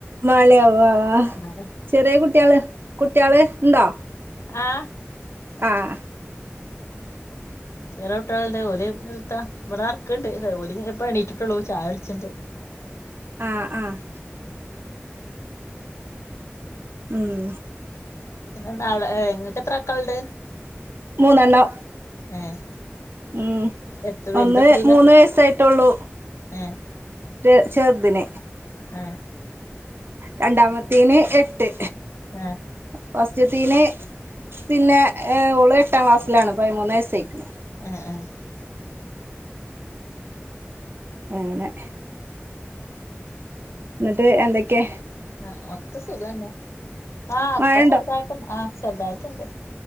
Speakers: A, on the right; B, on the left.
A: മാലയാവു ആഹ്.
B: ആ
A: ചെറിയ കുട്ടിയാള് കുട്ടിയാള് ഇണ്ടോ?
B: ആഹ്
A: ആഹ്
B: ചെറിയ കുട്ട്യാൾണ്ട് ഓല്പ്പെൻത്താ ഇവ്ടെ നടക്ക്ണ്ട്. ഓല് ഇപ്പെണീറ്റിട്ടുള്ളൂ ചായഉടിച്ചിണ്ട്.
A: ആഹ് ആഹ് ഉം
B: പിന്നെന്താവ്ടെ ഇങ്ങക്കെത്ര മക്കള്ണ്ട്?
A: മൂന്നെണ്ണം.
B: ഏഹ്
A: ഉം
B: എത്ര വലുതെത്രയിലാ
A: ഒന്ന്ന് മൂന്ന് വയസ്സായിട്ടൊള്ളൂ.
B: ഏഹ്
A: ൻ്റെ ചെറ്തിന്.
B: ആഹ്
A: രണ്ടാമത്തീന് എട്ട്.
B: ആഹ്
A: ഫസ്റ്റ്ത്തീന് പിന്നെ അഹ് ഓള് എട്ടാ ക്ലാസ്സിലാണ് പതിമൂന്നെയസ്സെയിക്ക്ണ്.
B: ആഹ് ആഹ്
A: അങ്ങനെ ഇന്നിട്ട് എന്തക്കെ?
B: ആഹ് ഒക്കെ സുഖന്നെ. ആഹ് ഇപ്പ
A: മഴണ്ടോ
B: ചെറുതായിട്ട് ആഹ് ചെറുതായിട്ട്ണ്ട്.